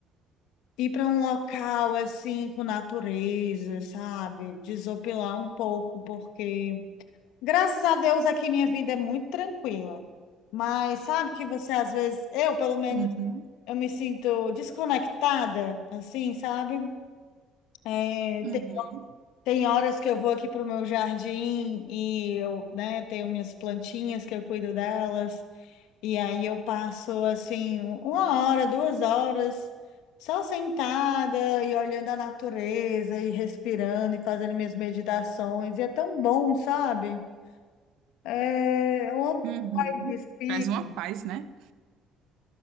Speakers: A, on the left; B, on the right.
A: ir para um local assim com natureza, sabe? Desopilar um pouco, porque Graças a Deus aqui minha vida é muito tranquila. Mas sabe que você às vezes, eu pelo menos,
B: Uhum.
A: eu me sinto desconectada, assim, sabe? É,
B: Uhum,
A: tem, tem horas que eu vou aqui para o meu jardim e eu, né, tenho minhas plantinhas que eu cuido delas. E aí eu passo, assim, uma hora, duas horas só sentada e olhando a natureza e respirando e fazendo minhas meditações. E é tão bom, sabe? É, onde
B: uhum.
A: vai vestir?
B: Traz uma paz, né?